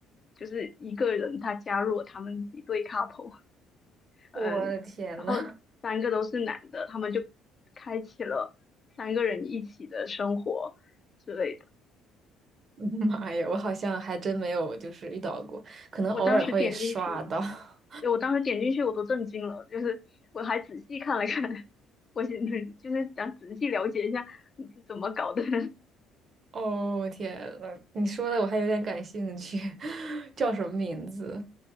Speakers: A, on the left; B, on the right.
A: 就是一个人他加入了他们一对 couple，
B: <laughs>
A: <laughs>
B: 我的天呐，
A: 嗯，然后三个都是男的，他们就开启了三个人一起的生活之类的。
B: <laughs> 妈呀，我好像还真没有，就是遇到过，可能偶尔会刷到。
A: 我当时点进去，
B: <laughs>
A: 对我当时点进去我都震惊了，就是我还仔细看了看，<laughs> 我想就是想仔细了解一下你是怎么搞的。<laughs>
B: 哦天呐，你说的我还有点感兴趣，<laughs> 叫什么名字？